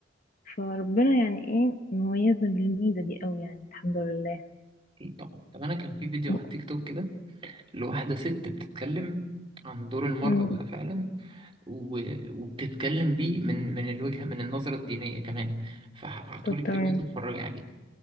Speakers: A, on the left; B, on the right.
A: فربنا يعني ايه مميزنا بالميزة دي قوي يعني الحمد لله
B: أكيد طبعا طب أنا كان في فيديو
A: طب
B: على تيك توك كده لواحدة ست بتتكلم عن دور المرأة
A: امم
B: بقى فعلا و- وبتتكلم بيه من من الوجهة من النظرة الدينية كمان فهبعتهولك
A: طب تمام
B: دلوقتي اتفرجي عليه